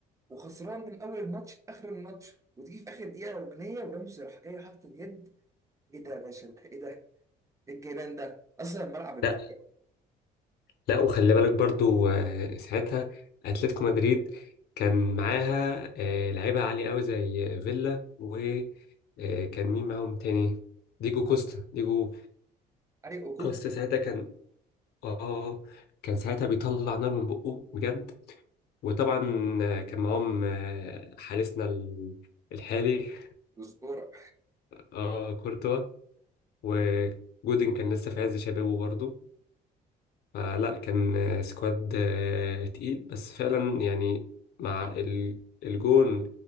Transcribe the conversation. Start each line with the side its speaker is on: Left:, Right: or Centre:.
Right: وخسران من اول الماتش لاخر الماتش وتيجي في اخر دقيقه ركنيه وراموس راح جاي حاطط اليد ايه ده يا باشا ده ايه ده ايه الجنان ده اصلا الملعب انفجر
Left: لا، لا وخلي بالك برضو آه، ساعتها اتلتيكو مدريد كان معاها آه، لعيبه عاليه قوي زي فيلا وكان مين معاهم تاني ديجو كوستا ديجو
Right: اي عقوق
Left: كوستا ساعتها كان اه كان ساعتها بيطلع نار من بقه بجد وطبعا آه، كان معاهم آه، حارسنا ال- الحالي
Right: وزقوره
Left: اه كورتوا وجودن كان لسه في عز شبابه برضو فلا كان آه، سكواد آه، تقيل بس فعلا يعني مع ال- الجون